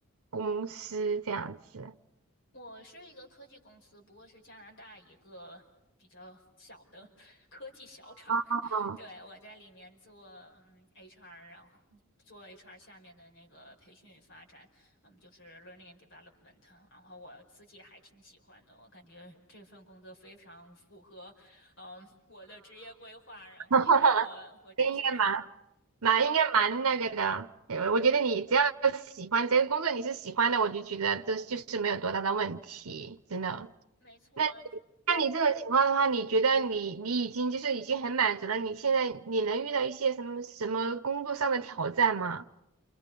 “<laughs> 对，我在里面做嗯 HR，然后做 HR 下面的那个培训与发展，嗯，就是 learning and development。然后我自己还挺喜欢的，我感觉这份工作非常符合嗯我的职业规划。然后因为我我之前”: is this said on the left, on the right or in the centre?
Left